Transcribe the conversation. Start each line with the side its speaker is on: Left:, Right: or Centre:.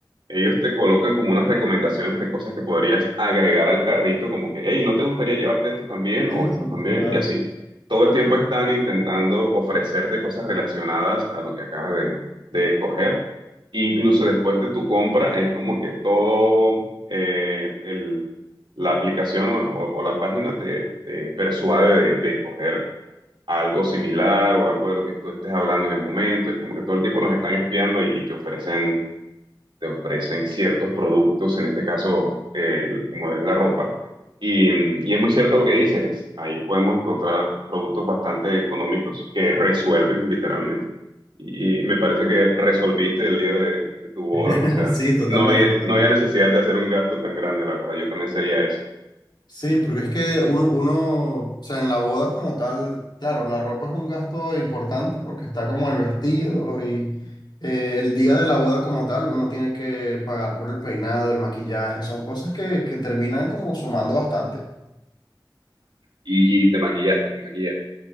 Right: ellos te colocan como unas recomendaciones de cosas que podrías agregar al carrito, como que, hey, ¿no te gustaría llevarte esto también
Left: Sí,
Right: o esto
Left: sí,
Right: también?
Left: total.
Right: Y así. Todo el tiempo están intentando ofrecerte cosas relacionadas a lo que acabas de, de escoger. Incluso después de tu compra, es como que todo eh, el- la aplicación o, o la página te, te persuade de, de escoger algo similar o algo de lo que tú estés hablando en el momento. Es como que todo el tiempo nos están espiando y y te ofrecen te ofrecen ciertos productos, en este caso, eh, como es la ropa. Y, y es muy cierto lo que dices, ahí podemos encontrar productos bastante económicos que resuelven literalmente. Y, y me parece que resolviste el día de, de tu boda,
Left: <laughs>
Right: o sea,
Left: Sí, totalmente,
Right: no había,
Left: totalmente.
Right: no había necesidad de hacer un gasto tan grande, la verdad, yo también sería ese.
Left: Sí, porque es que uno, uno, o sea, en la boda como tal, claro, la ropa es un gasto importante porque está como el vestido y eh, el día de la boda como tal, uno tiene que pagar por el peinado, el maquillaje, son cosas que, que terminan como sumando bastante.
Right: Y, y te maquillaste, te maquillaste.